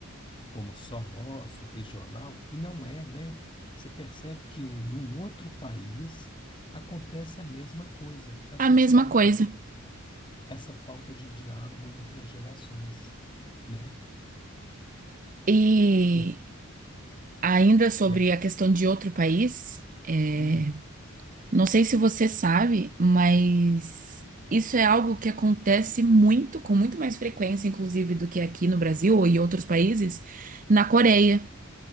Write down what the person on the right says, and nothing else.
A mesma
coisa.
E
ainda sobre
a questão de outro país, é,
não sei se você sabe, mas isso é algo que acontece muito, com muito mais frequência, inclusive, do que aqui no Brasil ou em outros países, na Coreia.